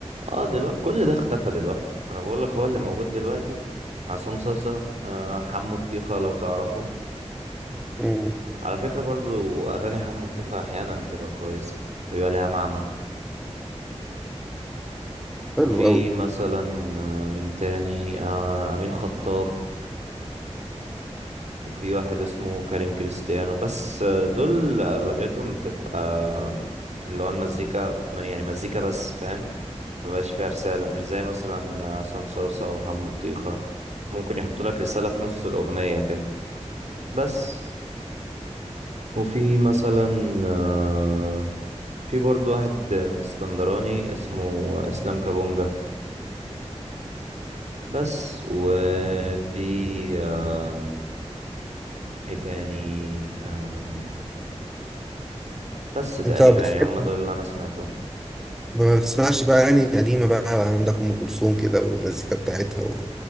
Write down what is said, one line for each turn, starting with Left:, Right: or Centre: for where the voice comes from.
Right: اه دلوقتي كل ده اختفى دلوقتي انا بقول لك هو اللي موجود دلوقتي عصام صاصا آه حمو الطيخة لو تعرفه
Centre: مم.
Right: على فكرة برضو اغاني حمو الطيخة احيانا بتبقى كويسة بيبقى لها معنى
Centre: حلو
Right: وفي
Centre: قوي
Right: مثلا آه، مين تاني آه امين خطاب وفي واحد اسمه كريم كريستيانو بس آه، دول أغلبيتهم بتبقى آه، اللي هو المزيكا ما- يعني مزيكا بس فاهم مبقاش فيها رسالة مش زي مثلا عصام صاصة وحمو طيخة ممكن يحطوا لك رسالة في نص الأغنية كده بس وفي مثلا آه، في برضو واحد من اسكندراني اسمه إسلام كابونجا بس وفي آه، ايه تاني آه، بس تقريبا
Centre: انت بتحب
Right: يعني هم دول اللي أنا سمعتهم
Centre: ما بتسمعش بقى اغاني قديمه بقى عندك ام كلثوم كده والمزيكا بتاعتها و...